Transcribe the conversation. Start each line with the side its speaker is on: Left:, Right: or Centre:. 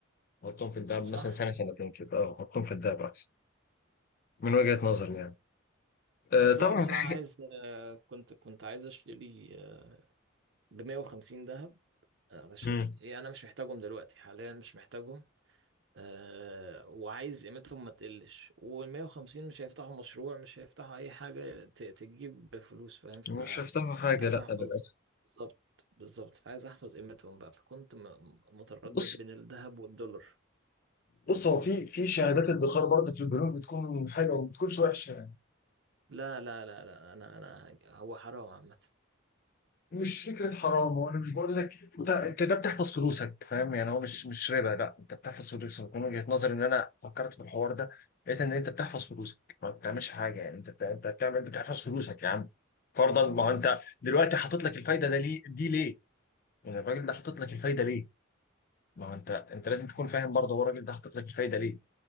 Left: تحطهم في الذهب
Right: صح؟
Left: مثلا سنه سنتين كده اه حطهم في الذهب احسن من وجهه نظري يعني آه،
Right: بس
Left: طبعا
Right: انا بصراحة
Left: في حاجه
Right: عايز آه، كنت كنت عايز اشتري آه، ب 150 ذهب آه، علشان
Left: مم.
Right: إيه انا مش محتاجهم دلوقتي حاليا مش محتاجهم أه وعايز قيمتهم ما تقلش وال 150 مش هيفتحوا مشروع مش هيفتحوا اي حاجة ت- تجيب فلوس فاهم فعايز
Left: مش هفتحوا حاجه لا
Right: احفظ
Left: للاسف
Right: بالظبط بالظبط فعايز احفظ قيمتهم بقى فكنت م- متردد
Left: بص
Right: بين الذهب والدولار
Left: بص هو في في شهادات ادخار برضه في البنوك بتكون حلوه وما بتكونش وحشه يعني
Right: لا لا لا لا انا انا هو حرام عامة
Left: مش فكره حرام وانا مش بقول لك انت انت ده بتحفظ فلوسك فاهم يعني هو مش مش ربا لا انت بتحفظ فلوسك من وجهه نظري ان انا فكرت في الحوار ده لقيت ان انت بتحفظ فلوسك ما بتعملش حاجه يعني انت بت- انت بتعمل بتحفظ فلوسك يا عم فرضا ما هو انت دلوقتي حاطط لك الفايده ده ليه دي ليه؟ يعني الراجل ده حاطط لك الفايده ليه؟ ما هو انت انت لازم تكون فاهم برضه هو الراجل ده حاطط لك الفايده ليه؟